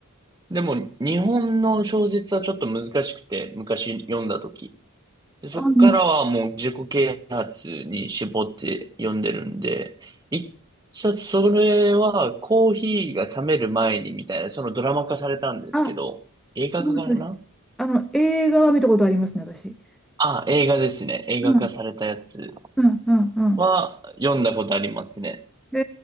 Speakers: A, on the right; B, in the centre.
A: でも日本の小説はちょっと難しくて、昔読んだとき。で、そっからはもう自己啓発に絞って読んでるんで、
B: あ、うん
A: 一冊それはコーヒーが冷める前にみたいな、そのドラマ化されたんですけど、
B: あ、
A: 映画化かな
B: います。あの、映画は見たことありますね、私。
A: あ、映画ですね。映画化されたやつ
B: うんうんうんうん。
A: は読んだことありますね。
B: え